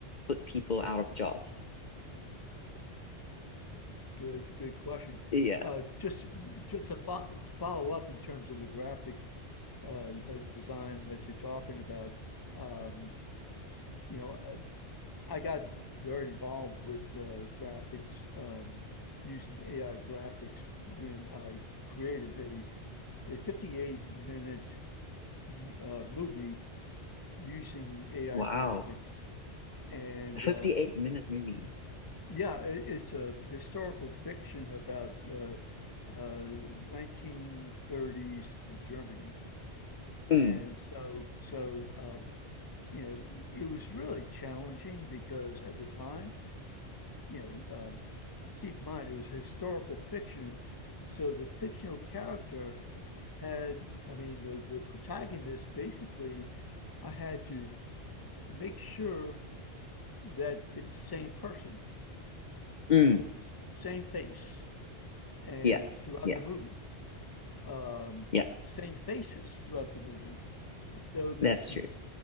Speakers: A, on the left; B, on the left.
A: put people out of jobs?
B: Good, good question.
A: Yeah.
B: Uh, just just to fo follow up in terms of the graphic uh, uh, design that you're talking about. Um, you know. uh, I got very involved with uh, graphics, um, using AI graphics when I created a, a 58 minute uh, movie using AI
A: Wow.
B: graphics. And
A: A 58
B: uh,
A: minute movie.
B: yeah, it, it's a historical fiction about the uh, 1930s Germany.
A: Mm,
B: And so, so um, you know, it was really challenging because at the time, you know, um, keep in mind it was historical fiction, so the fictional character had, I mean, the the protagonist basically, I had to make sure that it's the same person,
A: mm,
B: you know, s- same face, and
A: yeah,
B: throughout
A: yeah,
B: the movie, um,
A: yeah,
B: same faces throughout the movie, and so this
A: that's
B: is
A: true.